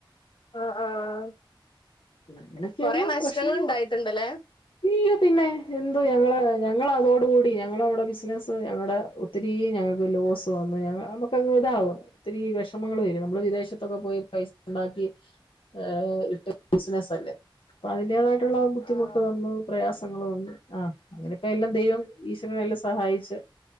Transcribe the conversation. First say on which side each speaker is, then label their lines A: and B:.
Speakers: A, on the left; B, on the left.
A: ആ ആഹ്
B: പിന്നെ അങ്ങനെയൊക്കെയുള്ളൂ
A: കൊറെ നഷ്ടങ്ങൾ
B: പ്രശ്നങ്ങള്
A: ഉണ്ടായിട്ടുണ്ടല്ലേ
B: യ്യോ പിന്നെ എന്തു ഞങ്ങള് ഞങ്ങള് അതോടുകൂടി ഞങ്ങളവിടെ ബിസിനസ്സ് ഞങ്ങടെ ഒ ത്തിരീ ഞങ്ങക്ക് ലോസ് വന്ന് ഞങ്ങ നമുക്കങ്ങ് ഇതാവും ഒത്തിരി വെഷമങ്ങൾ വരും നമ്മള് വിദേശത്തൊക്കെ പോയി പൈസ ഉണ്ടാക്കി ഏഹ് ഇട്ട് ബിസിനസ്സ് അല്ലേ അപ്പൊ അതിന്റേതായിട്ടുള്ള ബുദ്ധിമുട്ട്
A: ആഹ്
B: വന്നു പ്രയാസങ്ങള് വന്നു ആഹ് അങ്ങനെത്തെ എല്ലാം ദൈവം ഈശ്വരനെല്ലാം സഹായിച്ച്